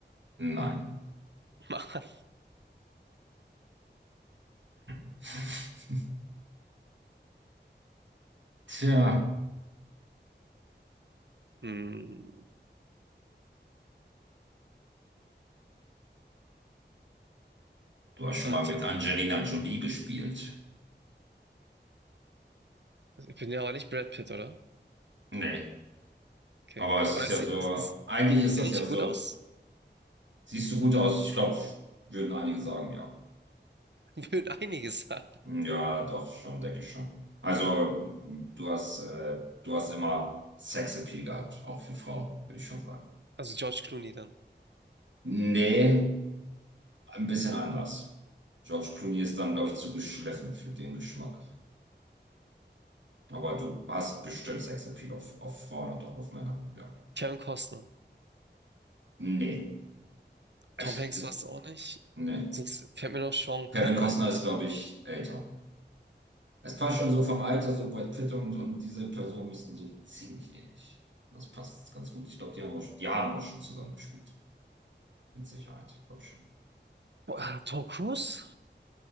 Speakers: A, on the right (about 85°); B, on the right (about 70°).
A: Nein.
B: <laughs> Mann.
A: <laughs> Tja,
B: Hm,
A: du hast schon
B: warte,
A: mal mit Angelina Jolie gespielt.
B: ich bin ja auch nicht Brad Pitt, oder?
A: Nee.
B: Okay.
A: Aber es
B: Weil
A: ist ja
B: sie,
A: so,
B: sie,
A: eigentlich ist
B: sehe
A: das
B: ich
A: ja so,
B: gut aus?
A: siehst du gut aus. Ich glaube, würden einige sagen, ja.
B: <laughs> Würden einige sagen.
A: Ja, doch, schon, denke ich schon. Also, mm, du hast, äh, du hast immer Sexappeal gehabt, auch für Frauen, würde ich schon sagen.
B: Also George Clooney dann.
A: Nee, ein bisschen anders. George Clooney ist dann, glaube ich, zu geschliffen für den Geschmack. Aber du hast bestimmt Sexappeal auf, auf Frauen und auch auf Männer. Ja.
B: Kevin Costner.
A: Nee.
B: Tom
A: Ich,
B: Hanks
A: ist,
B: war es auch nicht.
A: nee.
B: Sonst fällt mir noch Sean
A: Kevin
B: Penn
A: Costner
B: ein.
A: ist, glaube ich, älter. Es passt schon so vom Alter, so Brad Pitt und, und diese Personen müssten so ziemlich ähnlich. Das passt ganz gut. Ich glaube, die haben auch, die haben auch schon zusammen gespielt. Mit Sicherheit, glaube ich schon.
B: Boah, ah, Tom Cruise?